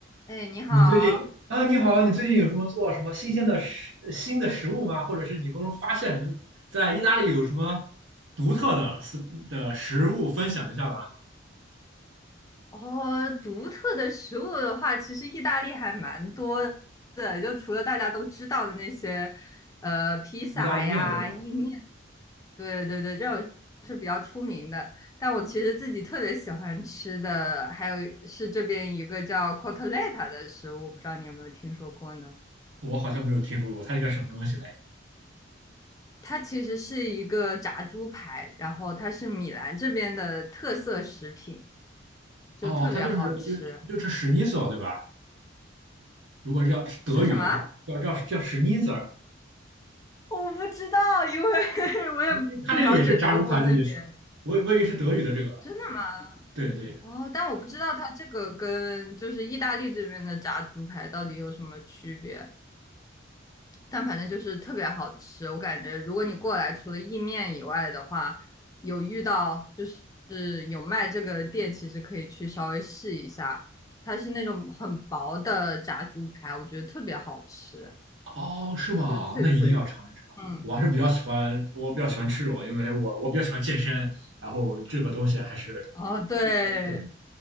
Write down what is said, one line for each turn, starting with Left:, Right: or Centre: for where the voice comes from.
Left: 哎，你好。
Right: 你最近啊，你好，你最近有什么做什么新鲜的食新的食物吗？或者是你们发现你们在意大利有什么独特的食的食物分享一下吧？
Left: 哦，独特的食物的话，其实意大利还蛮多的，就除了大家都知道的那些，呃，披萨呀、
Right: 意大利面对吧？
Left: 意面，对对对，这种是比较出名的。但我其实自己特别喜欢吃的，还有是这边一个叫 cotoletta 的食物，不知道你有没有听说过呢？
Right: 我好像没有听说过，它是个什么东西嘞？
Left: 它其实是一个炸猪排，然后它是米兰这边的特色食品，就特别好吃。
Right: 哦，它就是就就是史尼索对吧？如果是要是德语的话，
Left: 是什么？
Right: 叫叫叫史尼索，
Left: 我不知道，因为 <laughs> 我也不了解德国那边。
Right: 因为它这个也是炸猪排的意思。我我以为是德语的这个，
Left: 真的吗？
Right: 对对，
Left: 哦，但我不知道它这个跟就是意大利这边的炸猪排到底有什么区别，但反正就是特别好吃。我感觉如果你过来除了意面以外的话，有遇到就是有卖这个店，其实可以去稍微试一下。它是那种很薄的炸猪排，我觉得特别好吃，
Right: 哦，是吗？
Left: 就是脆脆。
Right: 那一定要尝一尝。
Left: 嗯，
Right: 我还是比较喜欢，我比较喜欢吃肉，因为我我比较喜欢健身，然后这个东西还是
Left: 哦，对，
Right: 对，